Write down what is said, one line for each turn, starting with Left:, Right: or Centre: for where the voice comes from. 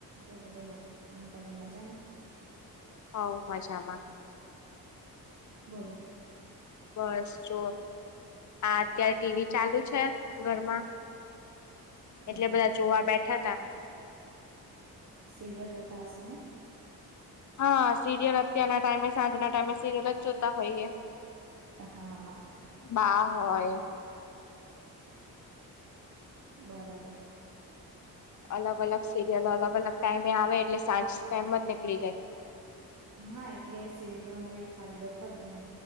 Right: બોલો બોલો અમીતાબેન મજામાં
Left: હોવ મજામાં
Right: બોલો
Left: બસ જો આ અત્યારે ટીવી ચાલુ છે ઘરમાં
Right: બરાબર
Left: એટલે બધા જોવા બેઠા તા
Right: <unintelligible> જોતા આસોને
Left: હા સીરીયલ ત્યાંના ટાઈમે સાંજ ના ટાઈમે સીરીયલ જ જોતા હોઈએ
Right: હા
Left: બા હોય
Right: બરાબર
Left: અલગ અલગ સિરિયલ અલગ અલગ ટાઈમે આવે એટલે સાંજ ટાઈમ જ નીકળી જાય
Right: હા એટલે સિરિયલો નો એક ફાયદો ખરો એમ